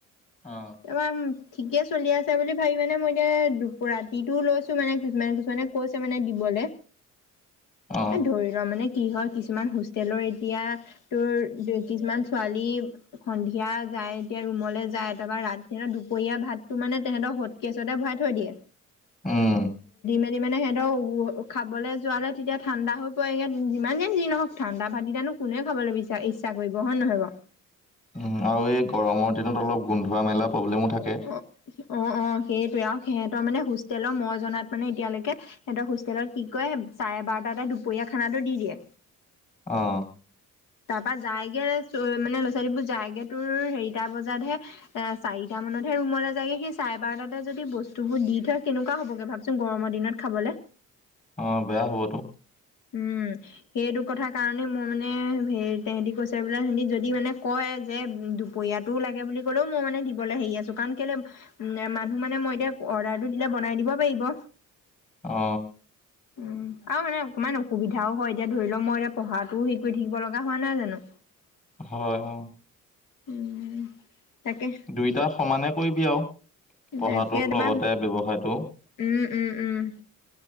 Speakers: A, on the left; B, on the left.
A: অ
B: কিমান ঠিকে চলি আছে বুলি ভাবি মানে মই এতিয়া দুপ- ৰাতিটো লৈছো মানে কিছুমানে কিছুমানে কৈছে মানে দিবলে।
A: অ
B: এ ধৰি লোৱা মানে কি হয় কিছুমান হোষ্টেলৰ এতিয়া তোৰ ডু - কিছুমান ছোৱালী সন্ধিয়া যায় এতিয়া ৰুমলৈ যায় তাৰপৰা দুপৰীয়া ভাতটো মানে তেহেঁতৰ হটকেচতে ভৰাই থৈ দিয়ে।
A: উম।
B: যদি মানে সেহেতৰ উ - খাবলে যোৱালে তেতিয়া ঠাণ্ডা হৈ পৰে যিমানে যি নহওক ঠাণ্ডা ভাত কিটানো কোনে খাবলে বিচা- ইচ্ছা কৰিব হয় নহয় বাৰু।
A: উম আৰু এই গৰমৰ দিনত অলপ গোন্ধোৱা মেলা প্ৰব্লেমো থাকে
B: অ'। অ' অ'। সেইটোৱে আৰু সেহেতৰ মানে হোষ্টেলৰ মই জনাত মানে এতিয়ালৈকে সেহেতৰ হোষ্টেলত কি কয় চাৰে বাৰটা তে দুপৰীয়া খানাটো দি দিয়ে।
A: অ'।
B: তাৰপা যায়গে চ - মানে ল'ৰা ছোৱালীবোৰ যায়গে তোৰ হেৰিটা বজাতহে এ চাৰিটা মানতহে ৰুমলে যায়গে। সেই চাৰে বাৰটাতে যদি বস্তুবোৰ দি থৈ কেনেকুৱা হবগে ভাবচোন গৰমৰ দিনত খাবলে?
A: অ' বেয়া হ'বতো।
B: উম। সেইটো কথাৰ কাৰণে মই মানে হ -তেহেতি কৈছে বোলে সেহতি যদি মানে কয় যে দুপৰীয়াটোও লাগে বুলি কলেও মই মানে দিবলে হেৰি আছো কাৰণ কেলে মানুহ মানে মই এতিয়া অৰ্ডাৰটো দিলে বনাই দিব পাৰিব।
A: অ
B: উম। আৰু মানে অকমান অসুবিধাও হয়। এতিয়া ধৰি লোৱা মই এতিয়া পঢ়াটোও হেৰি কৰি থাকিব লগা হোৱা নাই জানো?
A: হয়। অ'।
B: উম। তাকে
A: দুইটা সমানে কৰিবি আৰু। পঢ়াটোৰ
B: তাকে তোমাৰ
A: লগতে ব্যৱসায় টো।
B: উম উম উম।